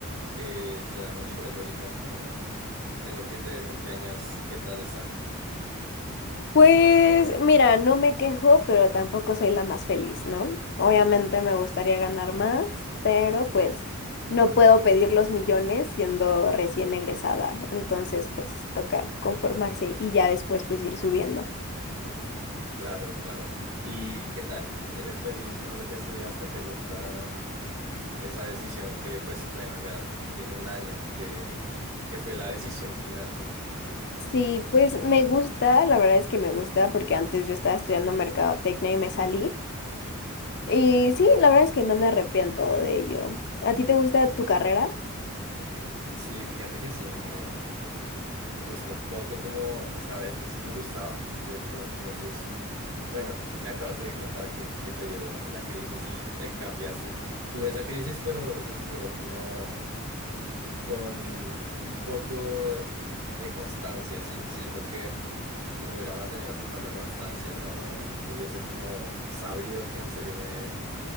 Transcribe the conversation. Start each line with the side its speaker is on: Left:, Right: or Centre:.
Right: que te da un sueldo ahorita, como en lo que te desempeñas, ¿qué tal está?
Left: Pues mira, no me quejo, pero tampoco soy la más feliz, ¿no? Obviamente me gustaría ganar más, pero pues no puedo pedir los millones siendo recién egresada. Entonces, pues toca conformarse y ya después pues ir subiendo.
Right: Claro, claro. ¿Y qué tal? ¿Eres feliz con lo que estudiaste? ¿Te gusta esa decisión que, pues, bueno, ya tiene un año que, que fue la <laughs> decisión final, sí?
Left: Sí, pues me gusta, la verdad es que me gusta porque antes yo estaba estudiando mercadotecnia y me salí. Y sí, la verdad es que no me arrepiento de ello. ¿A ti te gusta tu carrera?
Right: Sí, fíjate que sí, me Me costó un poco como saber que sí me gustaba. De hecho, no sé si, bueno, me acabas de contar que sí, que te dio la crisis y te cambiaste. Tuve esa crisis, pero se superó como con un poco de constancia, ¿sí? Siento que si no hubiera mantenido como esa constancia, no hubiese como sabido que en serio me